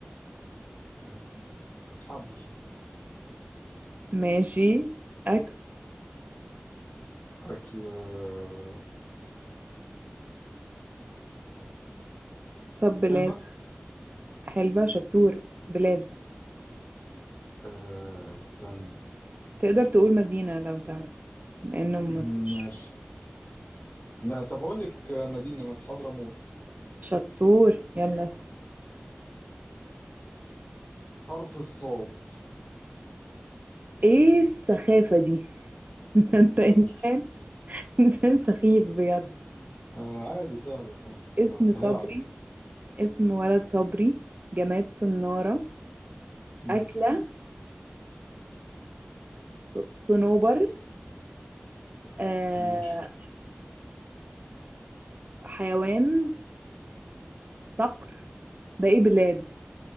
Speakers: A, on the left (about 40°); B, on the right (about 40°).
A: آه حبل
B: ماشي أكل
A: اكل آه
B: طب بلاد
A: علبة
B: حلبة شطور بلاد
A: آه استنى
B: تقدر تقول مدينة لو تعرف لأنه مفيش
A: <clears throat> ماشي ما طب اقول لك مدينة مثلا حضرموت
B: شطور يلا اسأل.
A: حرف الصاد
B: ايه السخافة دي <laughs> ده انت انسان
A: معلش
B: انسان سخيف بجد
A: <laughs> آه عادي سهلة سهلة هسهلها
B: اسم صبري
A: عليك
B: اسم ولد صبري جماد صنارة
A: مم.
B: أكلة ص- صنوبر آه
A: ماشي
B: حيوان صقر باقي بلاد